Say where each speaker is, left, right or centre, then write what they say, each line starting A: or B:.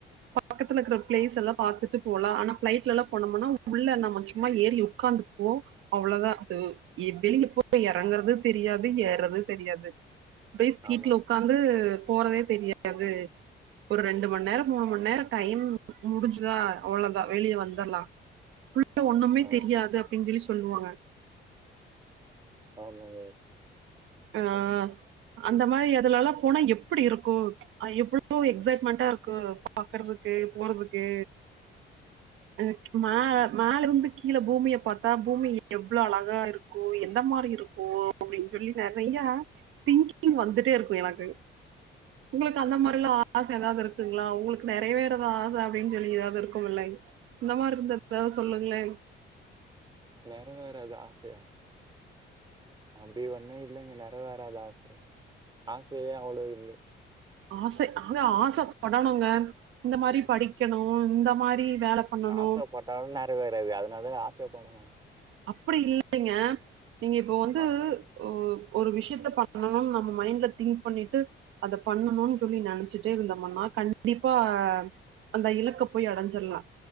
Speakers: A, on the right; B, on the right.
A: பக்கத்துல இருக்குற பிளேஸ் எல்லா பாத்துட்டு போலா ஆனா ஃபிளைட்லல்லா போனோம்னா உள்ள நம்ம சும்மா ஏறி உக்காந்துக்குவோ அவ்ளோதா அது இப்டினு போய் இறங்குறது தெரியாது ஏர்றது தெரியாது அப்டி சீட்ல
B: ஆமாங்க.
A: உக்காந்து போறதே தெரியாது ஒரு ரெண்டு மண் நேரம் மூணு மண் நேரம் டைம் முடிஞ்சுதா அவ்ளோதா வெளிய வந்தர்லா ஒண்ணுமே
B: ஆமா.
A: தெரியாது அப்டின் சொல்லி சொல்லுவாங்க
B: ஆமாங்க
A: அ அந்த மாரி அதுலல்லா போனா எப்டி இருக்கு அ எவ்ளோ எக்ஸைட்மெண்ட்டா இருக்கு பாக்குறதுக்கு போறதுக்கு எனக்கு மா
B: ம்.
A: மேல இருந்து கீழ பூமிய பார்த்தா பூமி எவ்ளோ அழகா இருக்கு எந்த மாரி இருக்கு அப்டின்னு சொல்லி நறைய திங்கிங் வந்துட்டே இருக்கு எனக்கு உங்களுக்கு அந்த மாரில ஆச ஏதாவது இருக்குங்ளா உங்களுக்கு நிறைவேற தா ஆச அப்டின்னு சொல்லி ஏதாவது இருக்கு இல்லை இந்த மாரி இருந்த எதாவது சொல்லுங்ளே
B: நெற வேறாத ஆசையா அப்டி ஒண்ணு இல்லைங்க நெற வேறாதா ஆசை ஆசையே அவ்ளோ இல்லை
A: ஆசை ஆங்க ஆசப்படணுங்க இந்த மாரி படிக்கணு இந்த மாரி வேல பண்ணணு
B: ஆச பட்டாலு நெறைவேறாது அதனால ஆச பட மாட்ட
A: அப்டி இல்லைங்க நீங்க இப்போ வந்து
B: ஆ
A: ஓ ஒரு விஷயத்த பண்ணணும்னு நம்ம மைண்ட்ல திங்க் பண்ணிட்டு அத பண்ணணுன்னு சொல்லி நெனச்சுட்டே இருந்தோமன்னா கண்டிப்பா அந்த இலக்க போய் அடஞ்சிர்லா